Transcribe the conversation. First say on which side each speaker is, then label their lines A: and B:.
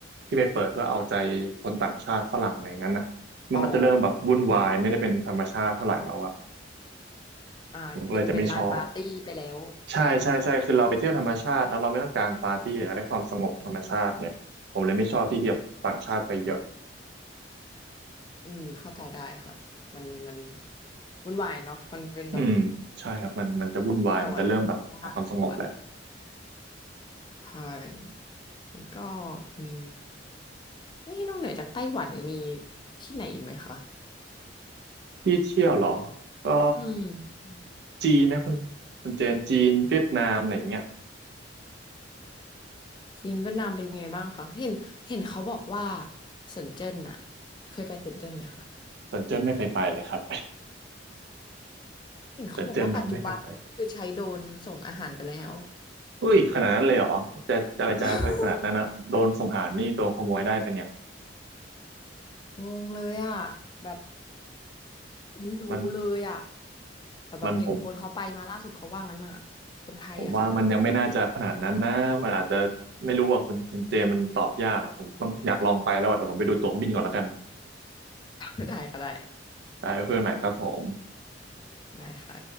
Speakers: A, on the right; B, on the left.
A: ที่ไปเปิดเพื่อเอาใจคนต่างชาติฝรั่งอะไรอย่างนั้นอ่ะมันก็จะเริ่มแบบวุ่นวายไม่ได้เป็นธรรมชาติเท่าไหร่แล้วอ่ะ
B: อ๋ออ่าเป็นเป็นลานปาร์ตี้ไปแล้ว
A: ผมก็เลยจะไม่ชอบใช่ใช่ใช่คือเราไปเที่ยวธรรมชาติแล้วเราไม่ต้องการปาร์ตี้อยากได้ความสงบธรรมชาติเนี่ยผมเลยไม่ชอบที่ที่แบบต่างชาติไปเยอะ
B: อืมเข้าใจได้ค่ะมันมันวุ่นวายเนาะมันเป็นแบบ
A: อืมใช่ครับมันมันจะวุ่นวายมันจะเริ่มแบบหาความสงบแหละ
B: เที่ยวอะล่ะต้องการสงบอะใช่ แล้วก็มีนี่นอกเหนือจากไต้หวันมีที่ไหนอีกไหมคะ
A: ที่เที่ยวเหรอก็
B: อืม
A: จีนนะคุณคุณเจนจีนเวียดนามอะไรอย่างเงี้ย
B: จีนเวียดนามเป็นไงบ้างคะเห็นเห็นเขาบอกว่าเซินเจิ้นอะเคยไปเซินเจิ้นไหมคะ
A: สวนเจิ้นไม่เคยไปเลยครับ <laughs>
B: เห็นเขาบอกว่าปัจจุบันคือใช้โดรนส่งอาหารกันแล้ว
A: สวนเจิ้นเราไม่เคยไปเลยอุ้ยขนาดนั้นเลยเหรอจะจะอะไรจะอะไรขนาดนั้นนะโดนสงหารนี่โดนขโมยได้ปะเนี่ย
B: <laughs> งงเลยอะแบบไม่รู้เลยอะ
A: มัน
B: แต่แบบเห็นคนเขาไปมาล่าสุดเขาว่างั้นอะ
A: มันผม
B: คนไทยอะค่ะ
A: ผมว่ามันยังไม่น่าจะขนาดนั้นนะมันอาจจะไม่รู้อ่ะคุณคุณเจนมันตอบยากอะผมต้องอยากลองไปแล้วอ่ะเดี๋ยวผมไปดูตั๋วเครื่องบินก่อนแล้วกัน
B: <laughs> ได้ก็ได้
A: ได้เพื่อนใหม่ครับผม
B: ได้ค่ะ